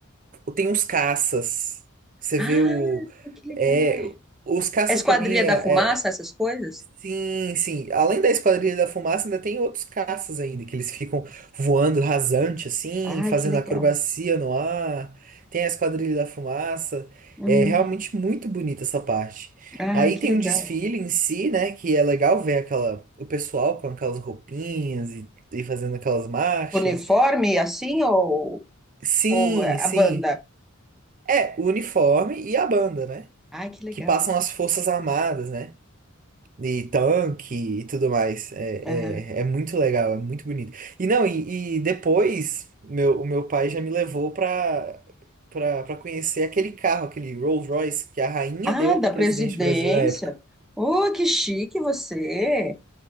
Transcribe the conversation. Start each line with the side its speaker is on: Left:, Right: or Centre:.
Right: tem os caças. Você
Centre: Ah,
Right: vê o.
Centre: que legal.
Right: é, os caças,
Centre: É Esquadrilha
Right: pra mim, é,
Centre: da Fumaça,
Right: é-
Centre: essas coisas?
Right: Sim, sim. Além da Esquadrilha da Fumaça, ainda tem outros caças ainda, que eles ficam voando rasante, assim,
Centre: Ai,
Right: fazendo
Centre: que legal.
Right: acrobacia no ar. Tem a Esquadrilha da Fumaça.
Centre: Hum,
Right: É realmente muito bonita essa parte.
Centre: Ah,
Right: Aí
Centre: que
Right: tem
Centre: legal.
Right: um desfile em si, né? Que é legal ver aquela, o pessoal com aquelas roupinhas e, e fazendo aquelas marchas.
Centre: Uniforme assim ou,
Right: Sim,
Centre: ou a
Right: sim.
Centre: banda?
Right: É, o uniforme e a banda, né?
Centre: Ai, que legal.
Right: Que passam as Forças Armadas, né? E tanque e tudo mais. É,
Centre: Ah,
Right: é, é muito legal, é muito bonito. E não, e, e depois meu, o meu pai já me levou pra, pra, pra conhecer aquele carro, aquele Rolls Royce que a rainha
Centre: ah,
Right: deu pro
Centre: da
Right: presidente
Centre: presidência.
Right: do Brasil na época.
Centre: Oh, que chique você.